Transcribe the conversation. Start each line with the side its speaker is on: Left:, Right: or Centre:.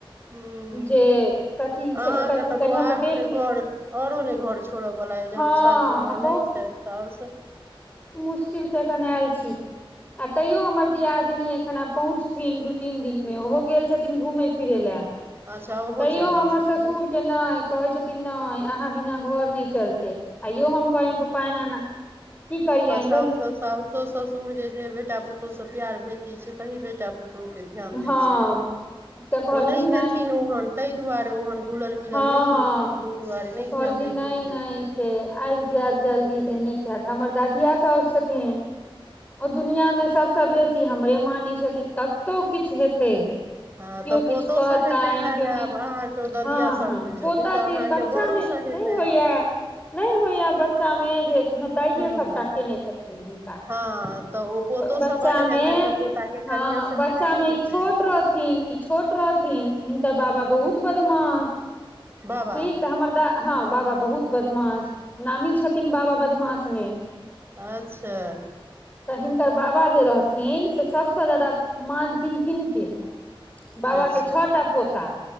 Right: हुं
Left: जे कथी
Right: अहाँके
Left: छै कथी
Right: तऽ बौ
Left: कनि
Right: आरो
Left: हमरा बेटी
Right: ने घर औरो ने घर छोड़ऽ बला जहन
Left: हँ
Right: सासूमां नहि छैथ साउस
Left: मुशकिलसं एखन आयल छी आ तैयो हमर दियादिननी एखन आब पहुँचथिन दू तीन दिन मे ओहो गेल छथिन घुमय फिरय लए
Right: अच्छा ओहो
Left: तैयो
Right: चलि
Left: हमर
Right: गेल छथिन
Left: ससुर के नहि कहै छथिन नहि अहाँ बिना घर नहि चलते आइयो हम कहियनि पप्पा एना ए की करियैन
Right: सउसो साससो ससुर जे बेटा पुतहु से प्यार भेटे छै तहि बेटा प पुतहु के ध्यान दै
Left: हँ
Right: छै
Left: तऽ कहलखिन
Right: ओ नहि हेथिन ओहन ताहि दुआरे ओहन घुलल मिलल
Left: हँ
Right: नहि
Left: हँ
Right: हेथिन ताहि दुआरे नहि
Left: तऽ कहलखिन
Right: ध्यान दैत
Left: नहि
Right: हेथिन
Left: नहि से आइब जायब जल्दी से नीक हत हमर दादीया साउस छथिन ओ दुनियामे सभसँ बेसी हमरे मानै छथिन कतहु किछु हेतै
Right: हँ
Left: केओ
Right: तऽ पोतोसँ
Left: किछु कहतनि
Right: हेतनि लगाव
Left: केओ नहि
Right: अहाँके ओ ददिया
Left: हँ
Right: साउस
Left: हँ
Right: जे
Left: पोता
Right: छथिन तऽ
Left: के
Right: अहाँके
Left: बच्चामे
Right: बड़ोसँ
Left: नहि
Right: हेतनि
Left: होइया नहि होइया बच्चामे जे दाइए
Right: हूँ
Left: सभटा केने छथिन हिनका
Right: हँ तऽ ओ पोतोसँ
Left: बच्चा
Right: बड्ड
Left: मे
Right: हेतनि तऽ पोताके
Left: हँ
Right: कनिआँसँ
Left: बच्चा
Right: केना नहि
Left: मे ई
Right: हेतनि
Left: छोट रहथिन ई छोट रहथिन हिनकर बाबा बहुत बदमाश ठीक
Right: बाबा
Left: तऽ हमर द हं बाबा बहुत बदमास नामी छथिन बाबा बदमासमे
Right: अच्छा
Left: तऽ हिनकर बाबा जे रहथिन से सबसँ जादा मानथिन हिनके बाबा
Right: अच्छा
Left: के छ टा पोता